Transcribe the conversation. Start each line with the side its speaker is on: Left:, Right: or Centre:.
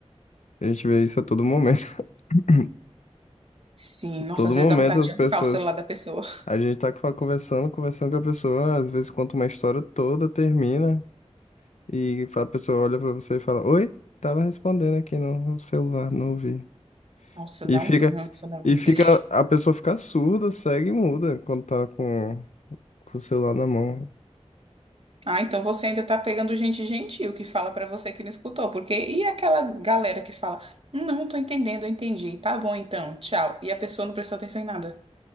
Left: a gente vê isso a todo momento. <laughs>
Right: Sim, nossa,
Left: Todo
Right: às
Left: momento
Right: vezes dá vontade
Left: as
Right: de arrancar
Left: pessoas.
Right: o celular da pessoa.
Left: A gente tá fa- conversando, conversando com a pessoa, às vezes conta uma história toda, termina, e a pessoa olha pra você e fala: Oi, tava respondendo aqui no celular, não ouvi.
Right: Nossa, dá
Left: E fica.
Right: um ranço um negócio
Left: E fica.
Right: desse.
Left: A pessoa fica surda, cega e muda quando tá com, com o celular na mão.
Right: Ah, então você ainda tá pegando gente gentil que fala pra você que não escutou, porque e aquela galera que fala, não tô entendendo, eu entendi, tá bom então, tchau. E a pessoa não prestou atenção em nada,